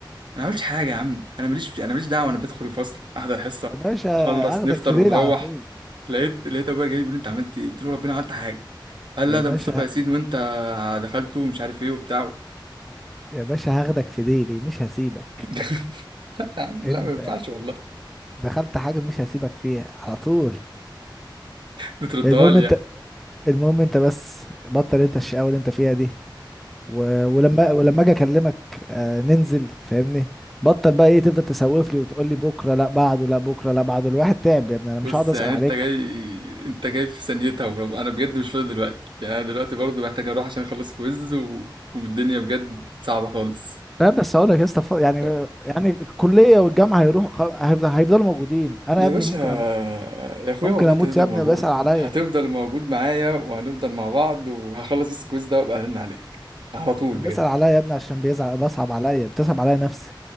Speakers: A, on the right; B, in the centre.
A: ما عملتش حاجه يا عم انا ماليش في... انا ماليش دعوه انا بدخل الفصل احضر حصه
B: يا باشا
A: اخلص
B: هاخدك
A: نفطر
B: في ديلي
A: ونروح
B: على طول
A: لقيت لقيت ابويا جاي بيقول لي انت عملت ايه قلت له ربنا عملت حاجه قال
B: يا
A: لا ده
B: باشا
A: مصطفى ياسين وانت دخلته مش عارف ايه وبتاع
B: يا باشا هاخدك في ديلي مش هسيبك
A: <laughs> لا يا عم لا
B: انت
A: ما ينفعش والله
B: دخلت حاجة مش هسيبك فيها على طول
A: بتردها
B: المهم
A: لي
B: انت
A: يعني
B: المهم انت بس بطل انت الشقاوة اللي انت فيها دي و... ولما ولما اجي اكلمك آه ننزل فاهمني بطل بقى ايه تفضل تسوف لي وتقول لي بكره لا بعده لا بكره لا بعده الواحد تعب يا ابني انا مش
A: بص
B: هقعد اسال
A: يعني
B: عليك
A: انت جاي انت جاي في ثانيتها ولو- انا بجد مش فاضي دلوقتي يعني انا دلوقتي برضه محتاج اروح عشان اخلص كويز و... والدنيا بجد صعبة خالص
B: لا بس هقول لك يا اسطى ف- يعني
A: ف...
B: يعني الكليه والجامعه هيروح خ- هيفضل هيفضلوا موجودين انا
A: يا
B: يا ابني
A: باشا
B: ممكن اموت
A: يا اخويا
B: ممكن
A: والله
B: اموت
A: انت هتفضل
B: يا ابني
A: موجود
B: بسال عليا
A: هتفضل موجود معايا وهنفضل مع بعض وهخلص بس الكويز ده وابقى ارن عليك على طول
B: بسال
A: بجد
B: عليا يا ابني عشان بيزعق بصعب عليا بتصعب عليا نفسي